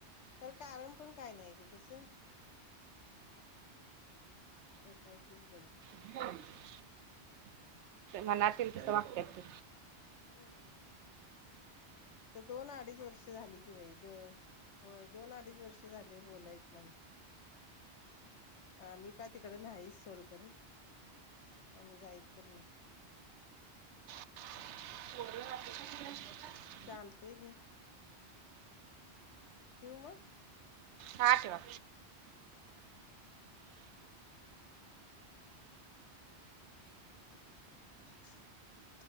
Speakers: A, on the left (about 85°); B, on the right (about 85°).
A: तरर कारण पण काय नाही ग तसं एकाएकीच बंद
B: <unintelligible> मनात इल तसं वागत्यात ती.
A: हम् तर दोन अडीच वर्ष झाली कि बाई. होय दोन अडीच वर्ष झाली बोलाय येत नाही. आमही का तिकडें नाहीच सोड खरं आम्ही जाईत पण नाही
B: पोरं <inaudible>
A: चालते कि. ठेवु मंग.
B: हा ठेवा.
A: आवाज नाही येत